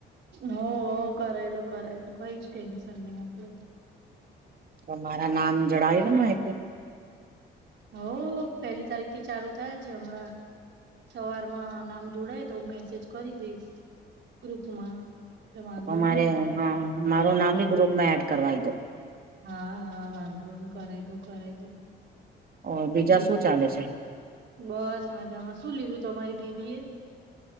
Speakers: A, on the right (about 65°); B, on the right (about 50°).
A: હો હો કરાયેલો કરાયેલો કઈ જ ટેન્શન નહી આપડ તો
B: તો મારા નામ જડાવ્યું ન એતે
A: હ પહેલી તારીખ થી ચાલુ થાય છે હમણાં સવારમાં નામ જોડાય તો હ મેસેજ કરી દઈશ ગ્રુપમાં એટલે વાંધો
B: તો મારે
A: નહી
B: હા મારો નામની ગ્રુપમાં એડ કરવાઈ દો.
A: હા હા વાંધો કરાવ દો કરાઈ દો
B: ઓર બીજા
A: બીજું
B: શું ચાલે છે
A: બસ મજામાં શું લીધું તમારી બીબી એ